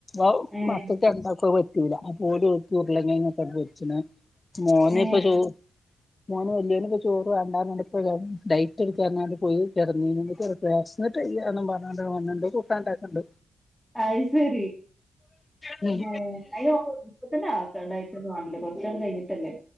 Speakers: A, on the left; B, in the centre.
A: അവ്
B: ഏഹ്
A: മക്കക്ക് രണ്ടാൾക്കും അത് പ റ്റൂല അപ്പൊ ഓല് ഓൽക്ക്‌ ഉരുള കിഴങ്ങട്ട് പൊരിച്ച് ച്ച്ണ് മോന്
B: ഏഹ്
A: ഇപ്പൊ ചോറ് മോന് വല്യാന് ഇപ്പൊ ചോറ് വേണ്ടാന്ന് ഇപ്പോ ഡൈറ്റടുക്കാണ് പറഞ്ഞു പോയി കെടന്നിന്. വെശന്നിട്ടു വയ്യാ പറഞ്ഞാണ്ട് ഓനുണ്ട് കൂട്ടാൻണ്ടാക്ക്ണ്ട്.
B: അത് ശരി
A: ഉം
B: ഏ അയിനു ഇപ്പ തന്നെ ആക്കണ്ട അയ്റ്റൊന്നും അല്ല കൊറച്ചാണ്ട് കഴിഞ്ഞിട്ടല്ലേ